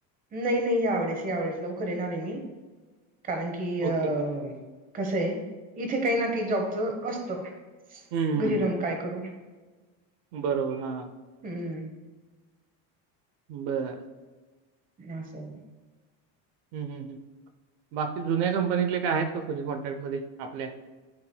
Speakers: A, on the right (about 20°); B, on the right (about 70°).
A: नाही नाही यावस यावेस लवकर येणार आहे मी कारण की- कि
B: ओके
A: अ कस आहे इथे काही ना काही जॉबच असत.
B: हम्म,
A: घरी
B: हम्म,
A: राहून काय करू.
B: बरोबर हा.
A: हम्म.
B: <unintelligible>
A: ना सो.
B: हम् हम् ह बाकी जुन्या कंपनीतले काय आहेत का कोुणी कॉन्ट्रॅक्ट मध्ये आपल्या